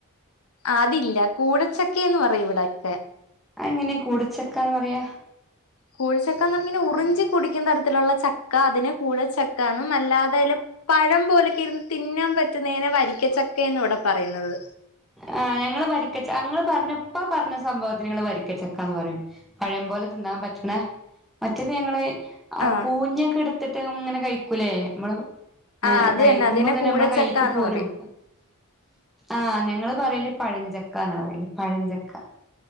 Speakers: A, on the left; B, in the centre.
A: ആതില്ല കൂടച്ചക്കേന്ന് പറയും ഇവിടൊക്കെ.
B: അഎങ്ങനെ കൂടച്ചക്കാ വറയാ?
A: കൂഴച്ചക്കന്ന് നിങ്ങനെ ഉറിഞ്ചി കുടിക്കുന്ന തരത്തിലുള്ള ചക്ക അതിന് കൂഴച്ചക്കന്നും അല്ലാതെയ്ൽ പഴം പോലൊക്കെ ര്ന്ന് തിന്നാൻ പറ്റുന്നയ്നെ വരിക്കച്ചക്കന്ന് ഇവിടെ പറയുന്നത്.
B: ആ ഞങ്ങള് വരിക്കച്ച ഞങ്ങൾ പറഞ്ഞ ഇപ്പ പറഞ്ഞ സംഭവത്തിന് ങ്ങള് വരിക്കച്ചക്കാന്ന് പറയും. പഴം പോലെ തിന്നാൻ പറ്റണ മറ്റേത് ഞങ്ങള് ആ
A: ആഹ്
B: കൂഞ്ഞിയൊക്കെ എടുത്തിട്ട് ങ്ങനെ കഴിക്കൂലേ മ്മള് നലെ
A: ആഹ് അത്
B: കഴിക്കുമ്പോ
A: അതിനെ
B: തന്നെ
A: കൂഴച്ചക്കാന്ന്
B: നമ്മളേ കൈക്ക് പോരും.
A: പറയും
B: ആഹ് ഞങ്ങള് പറയല് പഴഞ്ച ക്കന്നാ പറയല് പഴഞ്ചക്ക.